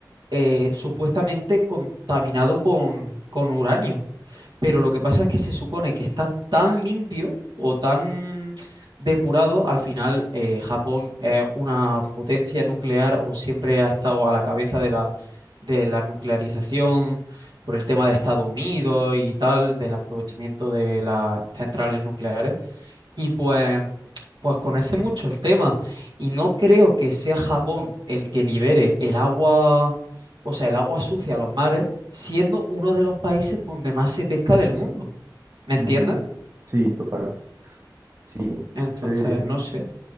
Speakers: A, on the right (about 75°); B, on the right (about 40°).
A: eh, supuestamente contaminado con, con uranio pero lo que pasa es que se supone que está tan limpio o tan depurado, al final eh, Japón es una potencia nuclear o siempre ha estado a la cabeza de la, de la nuclearización por el tema de Estados Unidos y tal, del aprovechamiento de las centrales nucleares. Y pues, pues conoce mucho el tema. Y no creo que sea Japón el que libere el agua, o sea, el agua sucia a los mares, siendo uno de los países donde más se pesca del mundo. ¿Me
B: Ujú.
A: entiendes?
B: Sí, total. Sí,
A: Entonces,
B: ese, ese
A: no sé.